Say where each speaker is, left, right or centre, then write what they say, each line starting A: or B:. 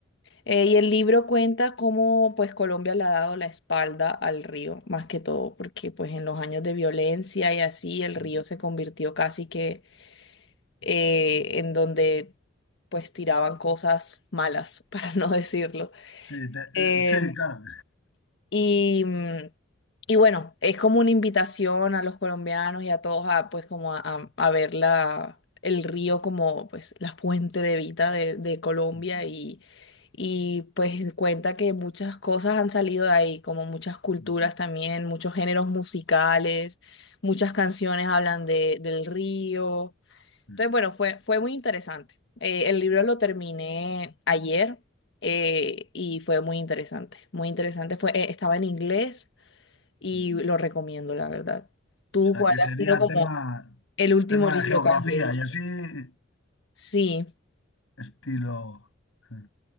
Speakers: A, on the left; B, on the left.
A: Eh, y el libro cuenta cómo pues Colombia le ha dado la espalda al río, más que todo, porque pues en los años de violencia y así el río
B: mm.
A: se convirtió casi que eh, en donde pues tiraban cosas malas, <laughs> para no decirlo.
B: Sí, te- eh,
A: Em,
B: sí, claro.
A: y, mm, y bueno, es como una invitación a los colombianos y a todos a pues como a, a- a ver la, el río como pues la fuente de vida de, de Colombia
B: Mm,
A: y, y pues cuenta que muchas cosas han salido de ahí, como muchas culturas
B: mm,
A: también, muchos géneros musicales, muchas canciones hablan de, del río.
B: mm,
A: Entonces, bueno, fue, fue muy interesante. Eh, el libro lo terminé ayer eh, y fue muy interesante. Muy interesante. Fue, eh, estaba en inglés
B: mm.
A: y lo recomiendo, la verdad. ¿Tú
B: O sea,
A: cuál
B: que sería
A: ha sido como
B: tema,
A: el último
B: tema
A: libro
B: de geografía
A: que has leído?
B: y así,
A: Sí,
B: estilo. mm,